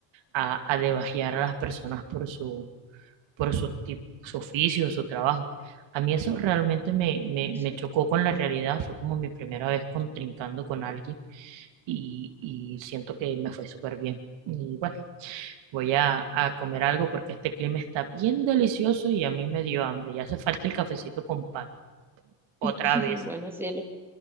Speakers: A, on the right; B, in the centre.
A: a, a debajear a las personas por su por su, tip- su oficio, su trabajo. A mí eso realmente me, me,
B: Sí,
A: me chocó con la realidad, fue como mi primera vez contrincando con alguien y, y siento que me fue súper bien. Y bueno, voy a, a comer algo porque este clima está bien delicioso y a mí me dio hambre, ya hace falta el cafecito con pan, otra
B: <laughs>
A: vez.
B: bueno, cielo,